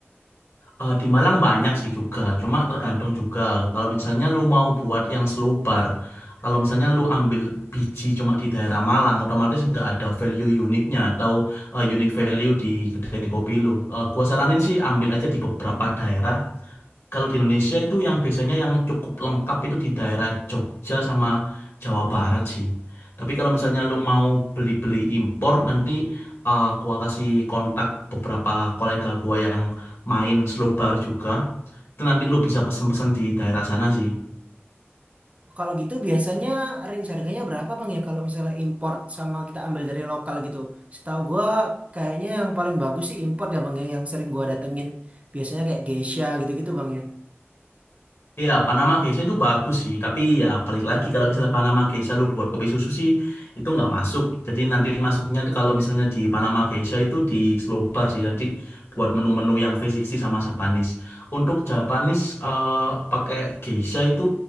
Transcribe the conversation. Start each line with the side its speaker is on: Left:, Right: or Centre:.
Left: Eh, di Malang banyak sih juga, cuma tergantung juga. Kalau misalnya lu mau buat yang selobar, kalau misalnya lu ambil biji cuma di daerah Malang, otomatis nggak ada value uniknya atau eh, unique value di kedai kopi lu. Eh, gua saranin sih ambil aja di beberapa daerah Kalau di Indonesia itu yang biasanya yang cukup lengkap itu di daerah Jogja sama Jawa Barat sih. Tapi kalau misalnya lu mau beli-beli impor, nanti uh, gua kasih kontak beberapa kolega gua yang main slow bar juga. Itu nanti lu bisa pesen-pesen di daerah sana sih.
Right: Kalau gitu biasanya range harganya berapa bang ya? Kalau misalnya import sama kita ambil dari lokal gitu. Setahu gua kayaknya yang paling bagus sih import ya bang ya. Yang sering gua datengin. Biasanya kayak Geisha gitu-gitu bang ya.
Left: Iya, Panama Geisha itu bagus sih, tapi ya balik lagi kalau misalnya Panama Geisha lu buat kopi susu sih itu nggak masuk. Jadi nanti masuknya tuh kalau misalnya di Panama Geisha itu di slow bar sih nanti buat menu-menu yang V60 sama Japanese. Untuk Japanese eh, pakai Geisha itu